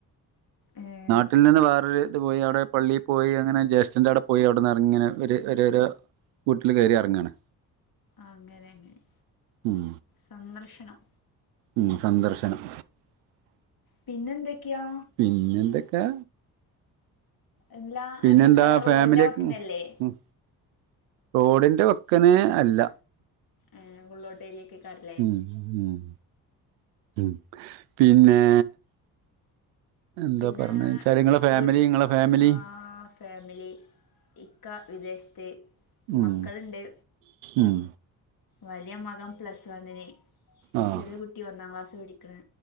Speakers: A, on the left; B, on the right.
A: ഏ.
B: നാട്ടിനിന്ന് വേറൊരു ഇത് പോയി അവിടെ പള്ളിയി പോയി അങ്ങനെ ജേഷ്ഠന്റെവ്ടെ പോയി അവിടെന്നെർങ്ങിനെ ഒര് ഒരോ രോ. വീട്ടില് കേറി ഇറങ്ങാണ്.
A: അങ്ങനെ അങ്ങനെ
B: ഉം
A: സന്നർശനം.
B: ഉം സന്ദർശനം.
A: പിന്നെന്തൊക്കെയാ?
B: പിന്നെന്തൊക്കെ.
A: ഇല്ലാ
B: പിന്നെന്താ
A: അന്റെ കട റോഡിന്റെ
B: ഫാമിലിയൊക്കെ
A: വക്കിനല്ലേ?
B: ഉം റോഡിന്റെ വക്ക്നെ അല്ല.
A: ആഹ് ഉള്ളോട്ടേരിയെക്കെകാരൊ.
B: ഉം ഉം ഉം പിന്നെ. എന്താ
A: പിന്നെ
B: പറണെച്ചാല് നിങ്ങളെ ഫാമിലി
A: വീട്ട്
B: നിങ്ങളെ ഫാമിലി
A: ആ ഫാമിലി ഇക്ക വിദേശത്ത്.
B: ഉം
A: മക്കളുണ്ട്
B: ഉം.
A: വലിയ മകം പ്ലസ് വണ്ണിന്
B: ആഹ്
A: ചെറിയ കുട്ടി ഒന്നാം ക്ലാസിപഠിക്ക്ണ്.